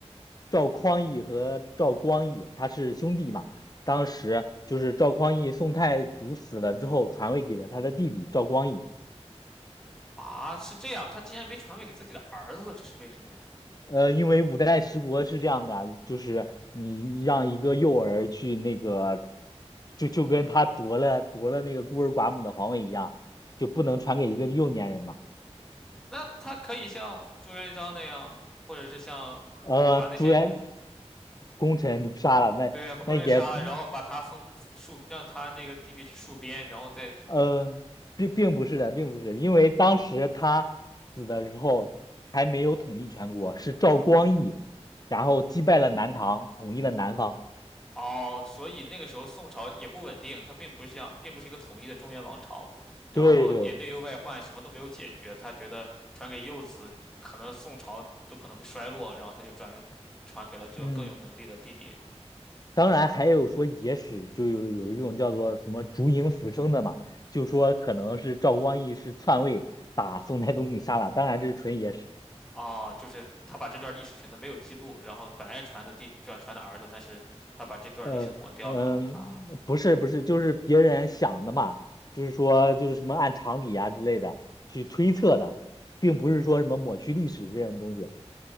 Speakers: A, on the left; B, in the centre.
A: 赵匡胤和赵光义他是兄弟嘛，当时就是赵匡胤宋太祖死了之后传位给了他的弟弟赵光义。
B: 啊，是这样，他竟然没传位给自己的儿子，这是为什么呀？
A: 呃，因为五代十国是这样的啊就是你让一个幼儿去那个，就就跟他夺了夺了那个孤儿寡母的皇位一样，就不能传给一个幼年人嘛。
B: 那他可以像朱元璋那样，或者是像他把那些功，
A: 呃，朱元功臣都杀了，那那也不，
B: 对呀，把功臣杀了，然后把他封戍，让他这个弟弟去戍边，然后再
A: 呃，并并不是的，并不是的，因为当时他死的时候还没有统一全国，是赵光义，然后击败了南唐，统一了南方。
B: 哦，所以那个时候宋朝也不稳定，他并不像，并不是一个统一的中原王朝，然后也内忧外患，
A: 对对，
B: 什么都没有解决。他觉得传给幼子，可能宋朝都可能会衰落，然后他就转传给了这个更有能力的弟弟。
A: 嗯。当然还有说野史，就有有一种叫做什么烛影斧生”的嘛，就说可能是赵光义是篡位把宋太宗给杀了，当然这是纯野史。
B: 啊，就是他把这段历史选择没有记录，然后本来是传的弟传传的儿子，但是他把这段历史抹掉了，
A: 呃嗯，
B: 然后他
A: 不是不是，就是别人想的嘛，就是说就是什么按常理啊之类的去推测的，并不是说什么抹去历史这种东西。